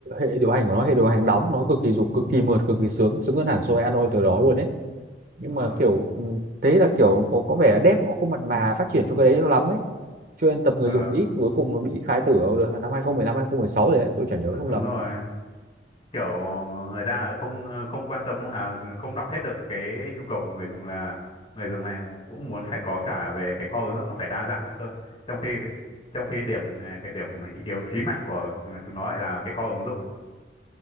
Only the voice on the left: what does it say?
đúng
rồi
ờ
đ-
đúng
rồi kiểu người ta không không quan tâm à không đọc hết được cái nhu cầu của người dùng là người dùng này cũng muốn phải có cả về cái kho ứng dụng nó phải đa dạng nữa cơ trong khi trong khi điểm à, cái điểm yếu chí mạng của ừ, chúng nó lại là cái kho ứng dụng